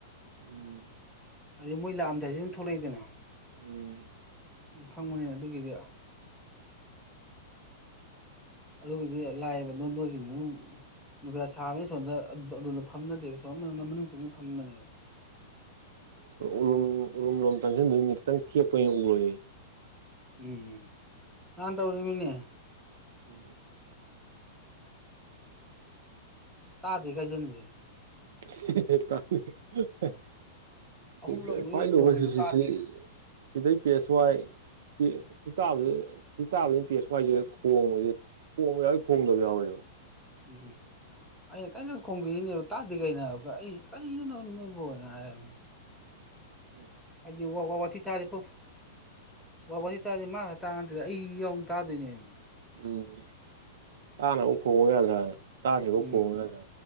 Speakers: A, on the right (about 70°); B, in the centre.
A: ꯎꯝ
B: ꯑꯗꯩ ꯃꯣꯏ ꯂꯥꯛꯑꯝꯗꯥꯏꯁꯨ ꯑꯗꯨꯝ ꯊꯣꯛꯂꯛꯏꯗꯅ
A: ꯎꯝ
B: ꯎꯝ ꯈꯪꯕꯅꯤꯅ ꯑꯗꯨꯒꯤꯗꯤ ꯑꯗꯨꯒꯤꯗꯤ ꯂꯥꯏꯌꯦꯕ ꯅꯣꯏ ꯅꯣꯏꯒꯤꯗꯨ <unintelligible> ꯅꯨꯡꯁꯥ ꯁꯥꯕꯅꯤꯅ ꯁꯣꯝꯗ ꯑꯗꯨꯗ ꯐꯝꯅꯗꯦꯕ ꯁꯣꯝ ꯃꯅꯨꯡ ꯆꯪ ꯐꯝꯕꯅꯦ
A: ꯎꯔꯨꯝ ꯎꯔꯨꯝ ꯂꯣꯝ ꯆꯪꯁꯤꯟꯗꯣꯏꯅꯦ ꯈꯤꯇꯪ ꯆꯦꯛꯄꯅꯤꯅꯥ ꯎꯔꯣꯏꯌꯦ
B: ꯎꯝꯝ ꯅꯍꯥꯟ ꯇꯧꯔꯤꯃꯤꯅꯦ
A: ꯎꯝ
B: ꯇꯥꯗꯦ ꯀꯥꯏꯖꯤꯟꯂꯤ
A: <unintelligible>
B: ꯑꯍꯨꯝꯂꯛ ꯃꯔꯤꯔꯛ ꯈꯣꯡꯉꯤꯗꯣ ꯇꯥꯗꯦ
A: ꯁꯤꯗꯩ ꯄꯦꯁ ꯋꯥꯏ ꯄꯤ ꯁꯤ ꯇꯥꯕꯁꯤ ꯁꯤ ꯇꯥꯕ ꯄꯦꯠ ꯁꯨꯋꯥꯥꯏꯁꯤꯗ ꯈꯣꯡꯕꯁꯤ ꯈꯣꯡꯕ ꯌꯥꯎꯏ ꯈꯣꯡꯗꯕ ꯌꯥꯎꯋꯦꯕ
B: ꯎꯝ ꯍꯨꯝ ꯑꯩꯅ ꯀꯟꯅ ꯈꯣꯡꯕꯤꯔꯤꯅꯦꯕ ꯇꯥꯗꯦ ꯀꯩꯅꯣ ꯍꯥꯏꯕꯀꯣ ꯑꯩ ꯀꯔꯤꯅꯣꯅꯣ ꯅꯣꯏꯕꯣꯅ ꯍꯥꯏꯕ
A: ꯎꯝ
B: ꯑꯗꯤ ꯋꯥ ꯋꯥ ꯋꯥꯊꯤ ꯇꯥꯔꯗꯤ ꯄꯔ꯭ꯨꯐ ꯋꯥ ꯋꯥꯍꯤ ꯇꯥꯔꯗꯤ ꯃꯥꯈꯛ ꯇꯥꯕ ꯅꯠꯇꯦꯗ ꯑꯩ ꯌꯥꯎꯅ ꯇꯥꯗꯣꯏꯅꯦꯃꯤ
A: ꯎꯝ ꯇꯥꯟꯅꯕ ꯈꯣꯡꯉꯨ ꯌꯥꯗ꯭ꯔꯥ ꯇꯥꯗ꯭ꯔꯤꯕꯧ
B: ꯎꯝ
A: ꯈꯣꯡꯉꯨ ꯌꯥꯗ꯭ꯔꯥ